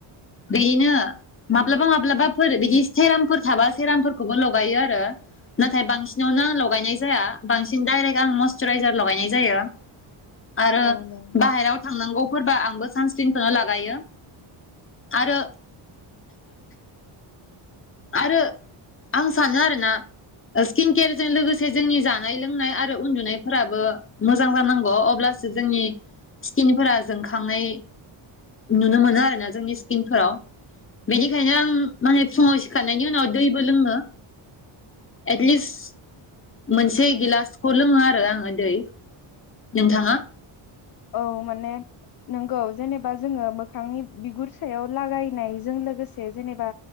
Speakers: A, on the left; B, on the left.
A: बिदिनो माब्लाबा माब्लाबाफोर बिदि सेरामफोर थाबा सेरामफोर खौबो लगायो आरो नाथाय बांसिनावनो लगायनाय जाया बांसिन दडाइरेक्ट आं मयसुराइजार लगायनाय जायो। आरो
B: औ नों
A: बाहेराव थांनांगौ फोरबा आंबो सानसक्रिनखौनो लागायो आरो आरो आं सानो आरोना स्किन केयारजों लोगोसे जोंनि जानाय लोंनाय आरो उन्दुनायफोराबो मोजां जानांगौ अब्लासो जोंनि स्किनफोरा जोंखांनाय नुनो मोनो आरोना जोंनि स्किनफोराव बेनिखायनो आं माने फुङाव सिखांनायनि उनाव दैबो लोङो एटलिस्ट मोनसे गिलासखौ लोङो आरो आङो दै नोंथाङा?
B: औ माने नोंगौ जेनेबा जोङो मोखांनि बिगुर सायाव लागायनायजों लोगोसे जेनेबा